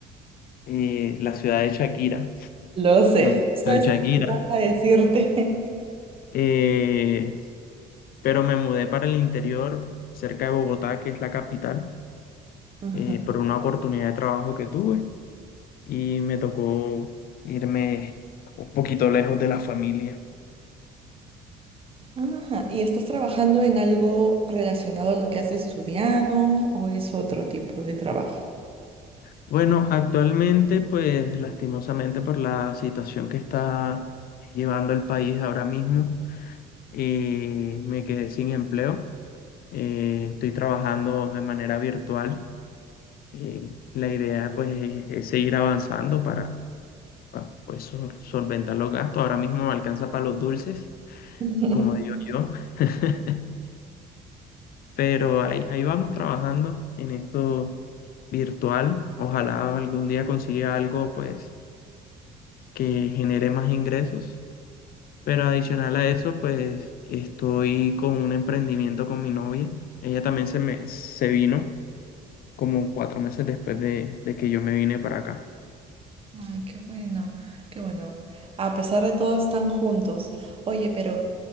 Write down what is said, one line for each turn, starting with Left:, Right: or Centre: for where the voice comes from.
Left: eh, la ciudad de Shakira,
Right: Lo sé,
Left: donde
Right: justo
Left: de
Right: eso
Left: Shakira.
Right: iba a decirte.
Left: Eh, pero me mudé para el interior, cerca de Bogotá, que es la capital,
Right: <laughs> Ajá.
Left: eh, por una oportunidad de trabajo que tuve y me tocó irme un poquito lejos de la familia.
Right: Ajá. ¿Y estás trabajando en algo relacionado a lo que has estudiado o es otro tipo de trabajo?
Left: Bueno, actualmente, pues lastimosamente por la situación que está llevando el país ahora mismo, eh, me quedé sin empleo. Eh, estoy trabajando de manera virtual. Eh, la idea, pues, es es seguir avanzando para, pa- pues, sol- solventar los gastos. Ahora mismo me alcanza para los dulces,
Right: <laughs>
Left: como digo yo. <laughs> Pero ahí, ahí vamos trabajando en esto virtual. Ojalá algún día consiga algo, pues que genere más ingresos. Pero adicional a eso, pues estoy con un emprendimiento con mi novia. Ella también se me se vino como cuatro meses después de, de que yo me vine para acá.
Right: Ay, qué bueno, qué bueno. A pesar de todo, están juntos. Oye, pero